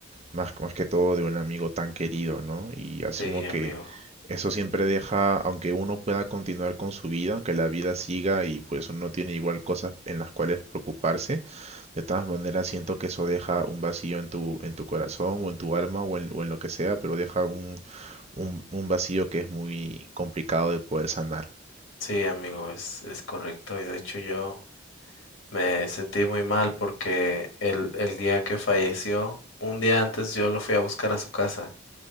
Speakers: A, on the right; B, on the left.
A: más, más que todo de un amigo tan querido, ¿no? Y asumo
B: Sí, amigo.
A: que eso siempre deja, aunque uno pueda continuar con su vida, aunque la vida siga y pues uno tiene igual cosas en las cuales preocuparse, de todas maneras siento que eso deja un vacío en tu, en tu corazón o en tu alma o en, o en lo que sea, pero deja un, un, un vacío que es muy complicado de poder sanar.
B: Sí, amigo, es, es correcto. Y de hecho yo me sentí muy mal porque el, el día que falleció, un día antes yo lo fui a buscar a su casa.